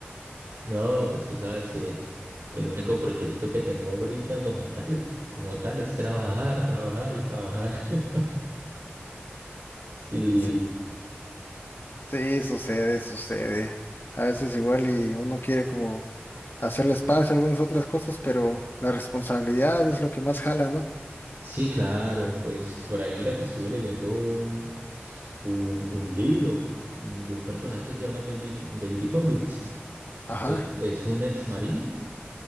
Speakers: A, on the right; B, on the left.
A: No, pues tú sabes que el único proyecto que tengo ahorita como tal, como tal es trabajar, trabajar y trabajar. <laughs> Sí,
B: Sí, sí, sucede, sucede. A veces igual y uno quiere como hacerle espacio a algunas otras cosas, pero la responsabilidad es lo que más jala, ¿no?
A: sí, claro. Pues por ahí mira que estuve leyendo un, un, un libro mm, de un personaje que se llama David, David Huggins.
B: Ajá.
A: Eh, Es un ex marín